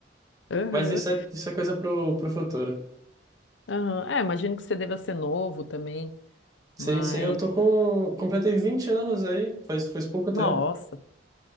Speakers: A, on the left; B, on the right.
A: Aham.
B: Mas isso é, isso é coisa pro, pro futuro.
A: Aham. É, imagino que você deva ser novo também,
B: Sim,
A: mas
B: sim, eu tô com. Completei 20 anos aí, faz, faz pouco
A: nossa.
B: tempo.